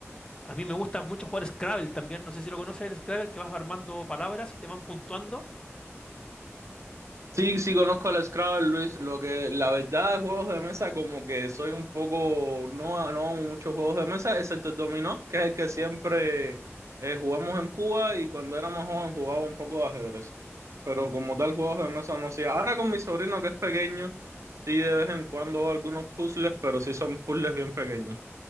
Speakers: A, on the left; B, on the right.
A: A mí me gusta mucho jugar Scrabble también, no sé si lo conoces el Scrabble, que vas armando palabras y te van puntuando.
B: Sí, sí conozco el Scrabble, Luis. Lo que la verdad de juegos de mesa, como que soy un poco, no, no hago muchos juegos de mesa, excepto el dominó, que es el que siempre eh, jugamos en Cuba y cuando era más joven jugaba un poco de ajedrez. Pero como tal, juegos de mesa no hacía. Ahora con mi sobrino que es pequeño, sí de vez en cuando hago algunos puzzles, pero sí son puzzles bien pequeños.